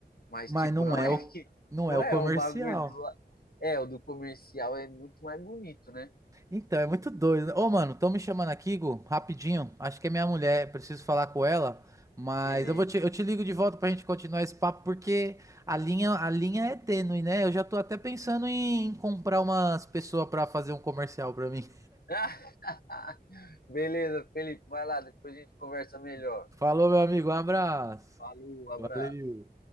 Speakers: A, on the left; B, on the right.
A: mas
B: Mas
A: tipo,
B: não
A: não
B: é
A: é <laughs>
B: o,
A: que
B: não
A: não
B: é o
A: é
B: comercial.
A: o bagulho do, la- é, o do comercial é muito mais bonito, né?
B: Então, é muito doido. né? Ô, mano, estão me chamando aqui, Gu, rapidinho. Acho que é minha mulher, preciso falar com ela. Mas
A: Beleza.
B: eu vou te, eu te ligo de volta pra gente continuar esse papo, porque a linha, a linha é tênue, né? Eu já tô até pensando em comprar umas pessoas pra fazer um comercial pra mim.
A: <laughs> Beleza, Felipe, vai lá, depois a gente conversa melhor.
B: <laughs> Falou, meu amigo, um abraço.
A: Falou, abraço.
B: Valeu.